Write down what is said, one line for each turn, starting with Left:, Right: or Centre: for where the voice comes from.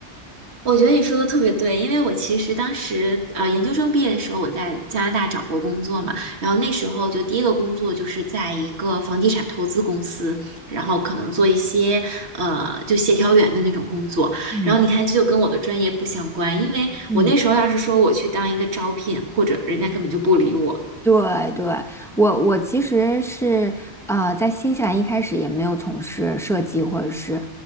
Right: 我觉得你说的特别对，因为我其实当时呃研究生毕业的时候，我在加拿大找过工作嘛，然后那时候就第一个工作就是在一个房地产投资公司，然后可能做一些呃就协调员的那种工作，
Centre: <laughs> 嗯
Right: 然后你看这就跟我的专业不相关，因为我那时候要是说我去当一个招聘，
Centre: 嗯。
Right: 或者人家根本就不理我。
Centre: 对对，我我其实是呃，在新西兰一开始也没有从事设计或者是